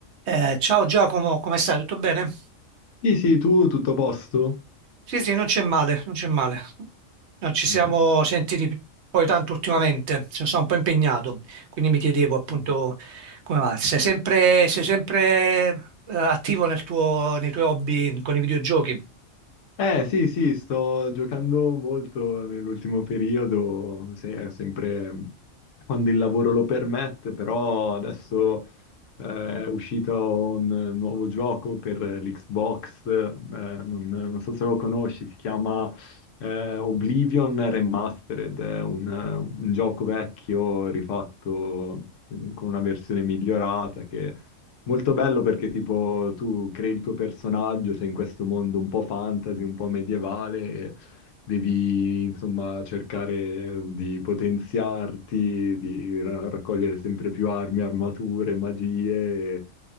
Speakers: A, on the right (about 65°); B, on the left (about 75°).
A: Eh, ciao Giacomo, come stai? Tutto bene?
B: Sì, sì, tu tutto a posto?
A: Sì, sì, non c'è male, non c'è male. Non ci siamo
B: Mhm,
A: sentiti poi tanto ultimamente, sono stato un po' impegnato, quindi mi chiedevo appunto
B: mhm.
A: come va. Sei sempre, sei sempre eh, attivo nel tuo- nei tuoi hobby con i videogiochi?
B: Eh, sì, sì, sto giocando molto nell'ultimo periodo, se- eh, sempre quando il lavoro lo permette, però adesso eh, è uscito un nuovo gioco per l'Xbox, eh, non, non so se lo conosci, si chiama eh, Oblivion Remastered, è un, un gioco vecchio rifatto mm, con una versione migliorata che Molto bello perché tipo tu crei il tuo personaggio, sei in questo mondo un po' fantasy, un po' medievale, e devi insomma cercare di potenziarti, di ra- raccogliere sempre più armi, armature, magie. e-